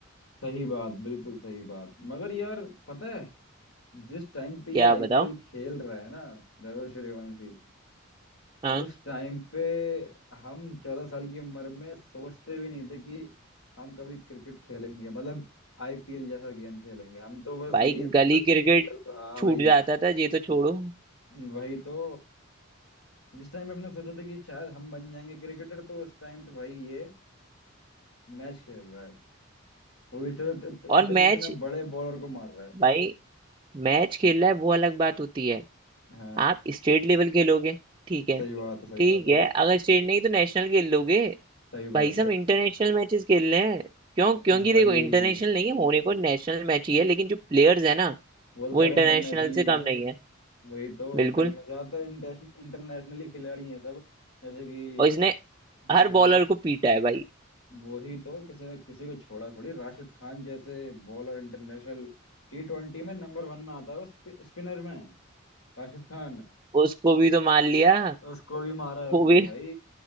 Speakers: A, on the left; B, on the right.
A: सही बात बिल्कुल सही बात मगर यार पता है जिस टाइम पे
B: क्या
A: ये आईपीएल
B: बताओ
A: खेल रहा है ना वैभव सूर्यवंशी
B: हाँ
A: उस टाइम पे हम चौदह साल की उम्र में सोचते भी नहीं थे कि हम कभी क्रिकेट खेलेंगे मतलब आईपीएल जैसा गेम खेलेंगे हम तो बस
B: भाई
A: यही सोचते
B: गली
A: थे,
B: क्रिकेट
A: चल हाँ
B: छूट
A: भाई
B: जाता था ये तो छोड़ो
A: वही तो जिस टाइम पे हमने सोचा था कि शायद हम बन जाएंगे क्रिकेटर तो उस टाइम पे भाई ये मैच खेल रहा है वो इतने इतने
B: और
A: इतने
B: मैच
A: इतने बड़े बॉलर को मार रहा है
B: भाई मैच खेलना है वो अलग बात होती है
A: हाँ
B: आप स्टेट लेवल खेलोगे ठीक है
A: सही बात है सही
B: ठीक
A: बात है
B: है अगर स्टेट नहीं तो नेशनल खेल लोगे
A: सही बात
B: भाई साहब
A: है
B: इंटरनेशनल मैचेस खेल रहे हैं क्यों
A: वही
B: क्योंकि देखो इंटरनेशनल नहीं है होने को नेशनल मैच ही है लेकिन जो प्लेयर्स है ना
A: वो तो
B: वो
A: सारे
B: इंटरनेशनल
A: इंटरनेशनली
B: से कम
A: हैं
B: नहीं है
A: वही तो
B: बिल्कुल
A: इंटरनेशनल ज्यादातर इंटरनेशनली खिलाड़ी हैं सब जैसे कि
B: और इसने
A: हाँ
B: हर
A: हाँ
B: बॉलर को पीटा है भाई
A: वही तो किसी ने किसी को छोड़ा थोड़ी राशिद खान जैसे बॉलर इंटरनेशनल टी ट्वेंटी में नंबर वन में आता है वो स्पिनर में राशिद खान
B: उसको भी तो मार लिया
A: उसको भी मारा है उसने
B: वो भी
A: भाई